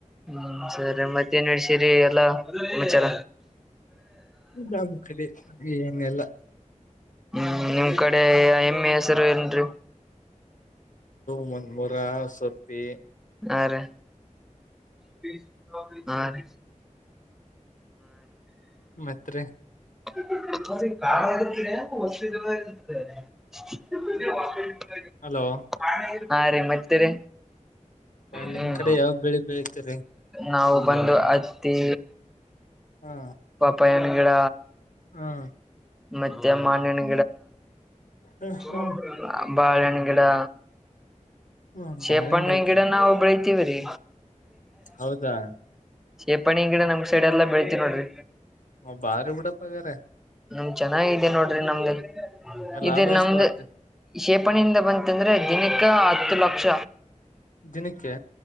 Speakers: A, in the centre; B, on the left (about 75°).
A: ಹ್ಮ್ ಸರಿ ಮತ್ತೇನ್ ವಿಶೇರಿ. ಲ್ಲ ವಿಚಾರ.
B: ನಮ್ ಕಡೆ ಏನೆಲ್ಲ
A: ಹ್ಮ್ ನಿಮ್ ಕಡೆ ಎಮ್ ಎ ಎಸ್ <unintelligible>
B: ಮೂನ್ಮೂರ ಸರ್ತಿ
A: ಆ ರಿ <unintelligible> ಹಾ ರೀ
B: ಮತ್ ರಿ
A: <unintelligible>
B: ಹಲೋ
A: ಆ ರೀ ಮತ್ತೆ ರಿ.
B: ನಿಮ್
A: ಹ್ಮ್
B: ಕಡೆ ಯಾವ ಬೆಳಿ ಬೆಳಿತೀರಿ
A: ನಾವು ಬಂದು ಅತ್ತಿ
B: ಹಾ
A: ಪಪ್ಪಾಯನ ಗಿಡ
B: ಹಾ
A: ಮತ್ತೆ ಮಾನಿನ್
B: ಹ್ಮ
A: <unintelligible>
B: ಹ್ಮ್
A: ಬಾಳೆನ್ನ ಗಿಡಾ
B: ಹ್ಮ್
A: ಶಿಪ್ಪಣ್ಣಿನ
B: ಬಾಳೆಹಣ್ಣು ಬೆಳಿತೀರಿ
A: ಗಿಡ ನಾವ ಬೆಳತೀವ್ರೀ
B: ಹೌದಾ
A: ಶೇಪಣ್ಣ ಹ ಗಿಡ ನಮ್ಮ ಸೈ ಸೈ ಎಲ್ಲ ಬೆಳಳ್ತಿ ನೋಡಿ
B: ಹ ಬಾರ ಬೀಡ ಪಗರೆ
A: ನಮ ಚೆನ್ನಾಗಾಗಿದೆ ನೋಡ್ರಿ ನಮ್ದ ಇದ
B: ಲಾಭ
A: ನಮ್ದ
B: ಎಷ್ಟ್ ಬರುತ್ತೆ
A: ಕಷೇಪಣಿಯಿಂದ ಬಂತಂದ್ರೆ ದಿನಕ್ಕೆ ಹತ್ತು ಲಕ್ಷ
B: ದಿನಕ್ಕೆ